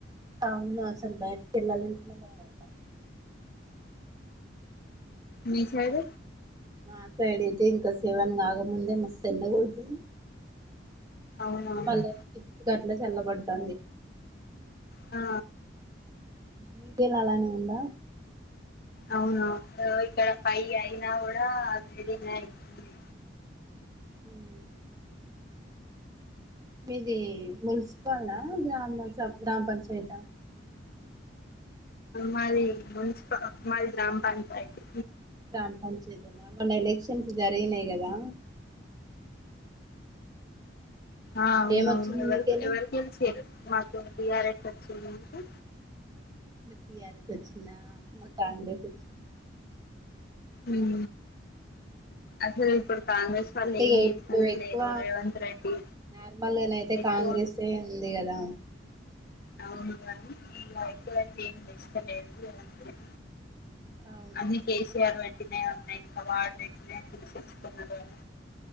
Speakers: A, on the right; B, on the left.
A: అవును అసలు బయటికి వెళ్లాలంటేనే భయమయితా
B: మీ సైడ్
A: మా సైడ్ అయితే ఇంకా సేవన్ కాకముందే మస్తు ఎన్న కొడుతు
B: అవునవును
A: మళ్ళ సిక్స్ అట్లా చల్లబడుతంది
B: ఆ
A: మీకేల్లాలని ఉందా
B: అవును ఒ ఇక్కడ ఫై అయినా కూడా వెడినే అయితుంది
A: ఉమ్ మీది మున్సిపల్ గ్రామ స గ్రామ పంచాయత
B: మాది మున్సిప మాది గ్రామ పంచాయాతి
A: గ్రామ పంచయతీనా మొన్న ఎలక్షన్స్ జరిగినాయ్ కదా
B: ఆ అవునువును
A: ఏమొచ్చింది
B: ఎవరి
A: మీకెళ్ళి
B: ఎవరిగెలి సేరు మాకు బి ఆర్ ఎస్ వచ్చింది మీకు
A: బి ఆర్ ఎస్ వచ్చిందా మా కాంగ్రస్ వచ్చింది
B: ఉమ్ అసలు ఇప్పుడు కాంగ్రెస్ వాళ్ళు
A: అంటే
B: ఏం చేస్తనే
A: ఇప్పుడు ఎక్కువ
B: లేరు రేవంత్ రెడ్డి
A: నార్మల్గానయితే
B: ఎక్కువ
A: కాంగ్రెస్ ఎ ఉంది కదా
B: అవును గని <unintelligible>
A: అవునవును
B: అన్ని కేసీఆర్ వ న్నాయన్న ఇంకా వాడ్ పెట్టినాయి తిని సస్తున్నాడు గని